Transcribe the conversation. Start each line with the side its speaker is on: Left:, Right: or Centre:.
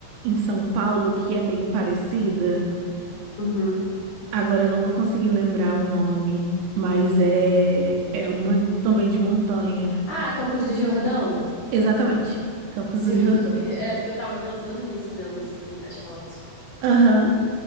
Right: em São Paulo que é meio parecida.
Left: uhum.
Right: Agora eu não vou conseguir lembrar o nome, mas é é uma também de montanha.
Left: Ah, Campos do Jordão?
Right: Exatamente, Campos
Left: Sim.
Right: do Jordão.
Left: <laughs> É, porque eu tava pensando nisso, vendo isso aqui, as fotos.
Right: Aham.